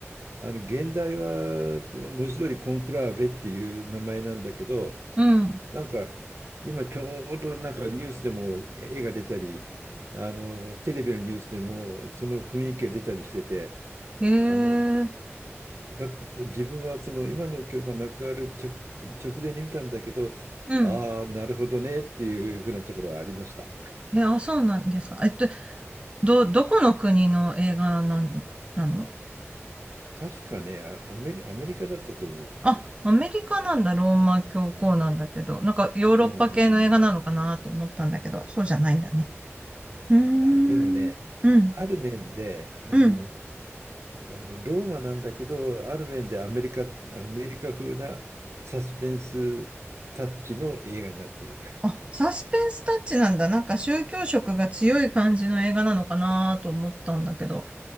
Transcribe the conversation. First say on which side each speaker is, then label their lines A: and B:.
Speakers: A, on the right (about 70°); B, on the right (about 25°).
A: あの現代は文字通りコンクラーベっていう名前なんだけど、
B: うん。
A: なんか今ちょうどなんかニュースでも絵が出たり、あのテレビのニュースでもその雰囲気が出たりしてて、
B: へえ。
A: あのま自分はその今の教科がなくなる直、直前に見たんだけど、
B: うん。
A: ああ、なるほどねっていうふうなところはありました。
B: え、あ、そうなんですか。えっと、ど、どこの国の映画なん、なの
A: 確かね、あアメリ、アメリカだったと思
B: あ、アメリカなんだ、ローマ教皇なんだけど、なんかヨーロッパ系の映画なのかなと思ったんだけど、
A: う。うんうん。い
B: そうじゃないんだね。うーん、
A: や、でもね、
B: うん、
A: あある面で、あの、
B: うん。
A: あのローマなんだけど、ある面でアメリカ、アメリカ風なサスペンスタッチの映画になってる。
B: あ、サスペンスタッチなんだ。なんか宗教色が強い感じの映画なのかなと思ったんだけど、